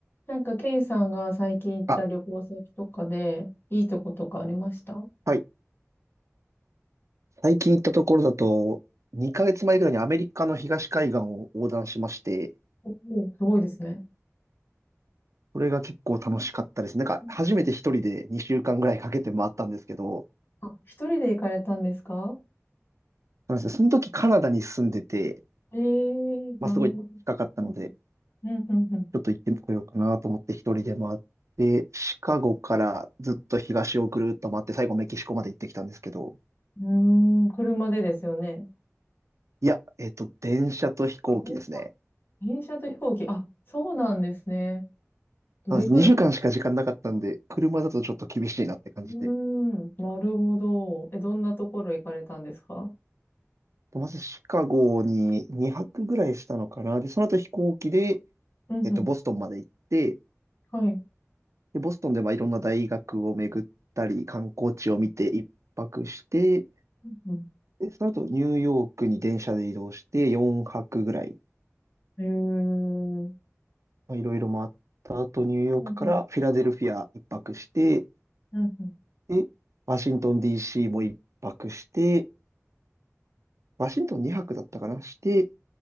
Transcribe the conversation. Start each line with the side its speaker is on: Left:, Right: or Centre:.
Left: なんか、ケイさんが最近行った旅行先とかで、
Right: あ、
Left: いいとことかありましたお
Right: はい。最近行ったところだと、2ヶ月前ぐらいにアメリカの東海岸を横断しまして、
Left: おー、すごいですね。
Right: それが結構楽しかったです。なんか、
Left: うん
Right: 初めて一人で2週間ぐらいかけて回ったんですけど、
Left: あ、一人で行かれたんですか
Right: そうなんですよその時カナダに住んでて、
Left: ええー、
Right: まあ、
Left: なるほど。
Right: すごい近かったので、
Left: うんうんうん
Right: ちょっと行ってこようかなと思って一人で回って、シカゴからずっと東をぐるっと回って、最後メキシコまで行ってきたんですけど、
Left: うん。うーん、車でですよね。
Right: いや、えっと、電車と飛行機ですね。
Left: あ、電車。電車と飛行機。あ、そうなんですね。どれくらい
Right: そうなんです。2週間しか時間なかったんで、車だとちょっと厳しいなって感じで。
Left: うーん、なるほど。え、どんなところ行かれたんですか
Right: と、まずシカゴに2泊ぐらいしたのかな。で、その後飛行機で、
Left: うんうん。
Right: えっと、ボストンまで行って、
Left: はい。
Right: で、ボストンでまあいろんな大学を巡ったり、観光地を見て1泊して、
Left: うんうん。
Right: で、その後ニューヨークに電車で移動して4泊ぐらい、
Left: えー。
Right: まあ、いろいろ回った後、ニューヨークからフィラデルフィア1泊して、
Left: うんうん。うんうん
Right: で、ワシントン DC も1泊して、ワシントン2泊だったかな、して、